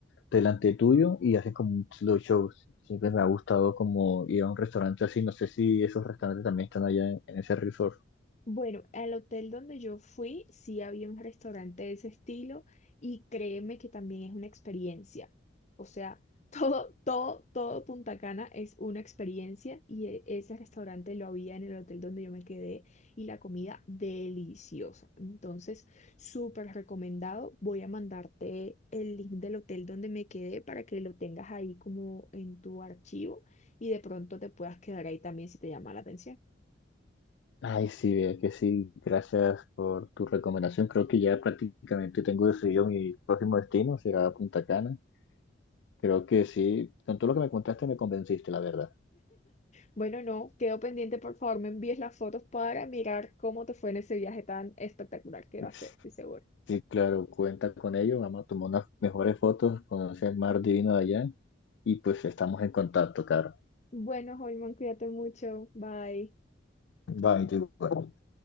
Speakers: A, on the left; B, on the left.
A: delante tuyo y hacen como un slow show. Siempre me ha gustado como ir a un restaurante así, no sé si esos restaurantes también están allá en, en ese resort.
B: Bueno, al hotel donde yo fui, sí había un restaurante de ese estilo y créeme que también es una experiencia. O sea, <laughs> todo, todo, todo Punta Cana es una experiencia y e- ese restaurante lo había en el hotel donde yo me quedé y la comida deliciosa. Entonces, súper recomendado. Voy a mandarte el link del hotel donde me quedé para que lo tengas ahí como en tu archivo y de pronto te puedas quedar ahí también si te llama la atención.
A: Ay, sí, vea que sí, gracias por tu recomendación. Creo que ya prácticamente tengo decidido mi próximo destino, será Punta Cana. Creo que sí, con todo lo que me contaste me convenciste, la verdad.
B: Bueno, no, quedo pendiente, por favor, me envíes las fotos para mirar cómo te fue en ese viaje tan espectacular que
A: <laughs>
B: va a ser, estoy seguro.
A: Sí, claro, cuenta con ello, vamos a tomar unas mejores fotos, conocer el mar divino de allá y pues estamos en contacto, Caro.
B: Bueno, Holman, cuídate mucho, bye.
A: Bye, te-